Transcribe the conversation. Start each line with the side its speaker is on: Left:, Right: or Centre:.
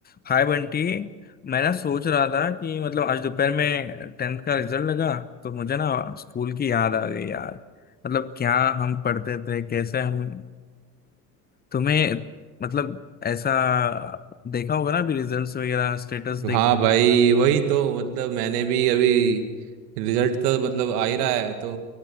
Left: हाय बंटी मैं ना सोच रहा था कि मतलब आज दोपहर में टेंथ का रिजल्ट लगा तो मुझे ना स्कूल की याद आ गई यार मतलब क्या हम पढ़ते थे कैसे हम तुम्हें मतलब ऐसा देखा होगा ना अभी रिजल्ट्स वगैरह स्टेटस देखने
Right: हाँ भाई वही तो मतलब मैंने भी अभी रिजल्ट तो मतलब आ ही रहा है तो